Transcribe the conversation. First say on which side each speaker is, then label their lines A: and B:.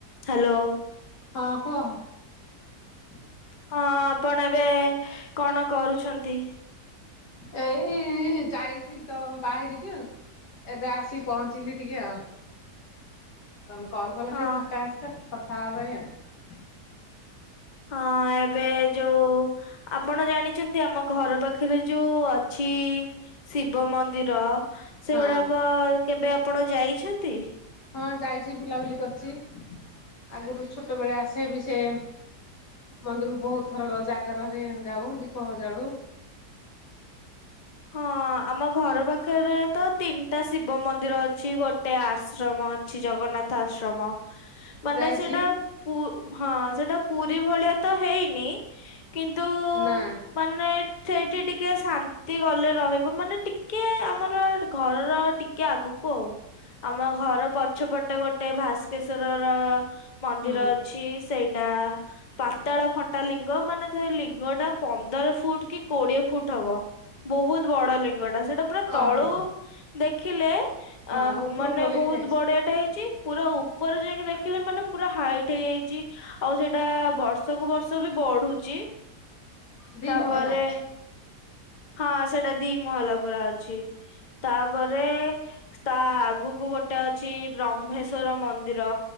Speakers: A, on the left; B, on the left.
A: Hello.
B: ହଁ କୁହ। <inaudible>
A: ହଁ ଆପଣ ଏବେ-ଏ-ଏ କଣ କରୁଛନ୍ତି?
B: ଏଇ-ଇ-ଇ-ଇ ଯାଇଥିଲି ତ ବାହାରିକି ଏବେ ଆସିିକି ପହଞ୍ଚିଲି ଟିକେ ଆଉ। ତମେ କଲ୍ କଲ
A: ଅ
B: ଟିକେ ଫାଙ୍କା ଅଛି ତ କଥା ହବାପାଇଁ ଆଉ।
A: ହଁ ଏବେ ଯୋଉ ଆପଣ ଜାଣିଛନ୍ତି ଆମ ଘର ପାଖରେ ଯୋଉ-ଉ-ଉ ଅଛି ଶିବ ମନ୍ଦିର ସେଗୁଡାକ
B: ହଁ
A: କେବେ ଆ ଆପଣ ଯାଇଛନ୍ତି?
B: ହଁ ଯାଇଛି ବୁଲାବୁଲି କରିଛି। ଆଗରୁ ଛୋଟବେଳେ ଆସେ ବି ସେ-ଏ-ଏ ମନ୍ଦିରକୁ ବହୁତ ଥର ଜାଗରରେ ଯାଉ ଦୀପ ଜାଳୁ।
A: ହଁ ଆମ ଘର ପାଖରେ ତ ତିନ ତା ଶିବ ମନ୍ଦିର ଅଛି ଗୋ ଗୋଟେ ଆଶ୍ରମ ଅଛି ଜଗନ୍ନାଥ ଆଶ୍ରମ ମାନେ
B: ଯାଇଛି
A: ସେଇଟା ପୁ ହଁ ସେଟା ପୁରୀ ଭଳିଆ ତ ହେଇନି କିନ୍ତୁ
B: ନା
A: ମାନେ ସେଇଠି ଟିକେ ଶାନ୍ତି ଏତି ଗଲେ ରହିବ ମାନେ ଟିକେ ଆମର ଘରର ଟିକେ ଆଗକୁ ଆଉ ଆମ ଘର ପ ପଛପଟେ ଗୋଟେ ଭାସ୍କେଶ୍ଵରର ମନ୍ଦିର
B: ହୁଁ
A: ଅଛି ସେଇଟା ପାତାଳ ଫଣ୍ଟାଲିିଙ୍ଗ ମାନେ ସେ ଲିଙ୍ଗ ଟା ପନ୍ଦର ଫୁଟ କି କୋଡିଏ ଫୁଟ ହବ ବହୁତ ବଡ ଲିଙ୍ଗ ଟା ସେଇଟା ପୁରା ତଳୁ
B: ଓହୋ
A: ଦେଖିଲେ ଅ
B: ହଁ ଉପରକୁ
A: ମାନେ
B: ଗଲେ
A: ବହୁତ
B: କି ଯାଇଛି।
A: ବଢିଆ ଟା ହେଇଛି ପୁରା ଉ ଉପରେ ଯାଇକି ଦେଖିଲେ ମାନେ ପୁରା ହାଇଟ୍ ହେଇଯାଇଛି ଆଉ ସେଇଟା ବର୍ଷ ସବୁ ବର୍ଷ ବି ବଢୁଛି
B: ଦି
A: ତାପରେ
B: ମହଲା
A: ହଁ ସେଇଟା ଦି ମହଲା ପୁରା ଅଛି ତାପରେ ତା ଆଗକୁ ଗୋଟେ ଅଛି ବ୍ରହ୍ମେଶ୍ଵର ମନ୍ଦିର